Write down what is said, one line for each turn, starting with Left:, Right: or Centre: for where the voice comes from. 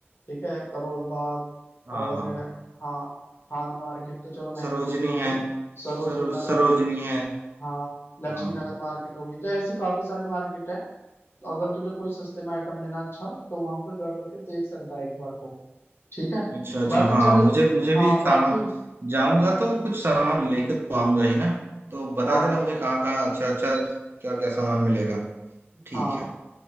Left: ठीक है करोल बाग
Right: हाँ
Left: और
Right: हाँ
Left: हाँ खान मार्केट तो चलो महंगी
Right: सरोजनी
Left: होगी वो तो
Right: है
Left: सरोजनी
Right: सरो,
Left: नगर
Right: सरोजनी है
Left: हाँ लक्ष्मी
Right: हाँ
Left: नगर मार्केट होगी तो ऐसी काफी सारी मार्केट है तो अगर तुझे कोई सस्ते में आइटम लेना अच्छा तो वहां पर जा करके देख सकता है एक बार को ठीक है
Right: अच्छा अच्छा
Left: बाकी
Right: हाँ
Left: चल
Right: मुझे मुझे
Left: हाँ
Right: भी सामान
Left: बाकी
Right: जाऊंगा तो कुछ सामान लेकर तो आऊंगा ही ना तो बता
Left: हाँ
Right: देना मुझे
Left: तो
Right: कहाँ कहाँ अच्छा अच्छा क्या क्या सामान मिलेगा ठीक
Left: हाँ
Right: है